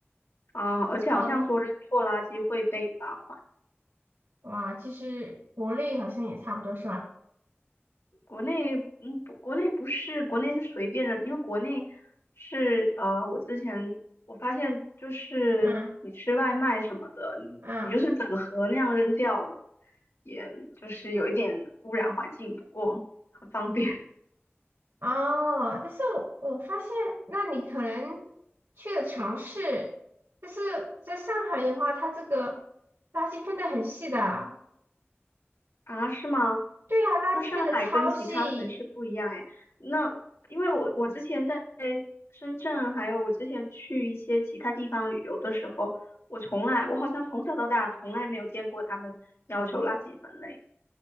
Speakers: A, on the left; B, on the right.
A: 啊，而且好像说扔错垃圾会被罚款。
B: 啊、哇，其实国内好像也差不多是吧？
A: 国内，嗯，不，国内不是，国内是随便的，因为国内是，呃，我之前我发现就是你吃外卖什么的，
B: 嗯
A: 你你就是整盒那样扔掉，
B: 嗯，
A: 也就是有一点污染环境，不过很方便 <laughs>
B: 哦，但是我我发现，那你可能去的城市，但是在上海的话，它这个垃圾分得很细的。
A: 啊，是吗？
B: 对呀、垃圾分的超细，
A: 那上海跟其他城市不一样诶，那因为我我之前在深圳，还有我之前去一些其他地方旅游的时候，我从来，我好像从小到大从来没有见过他们要求垃圾分类。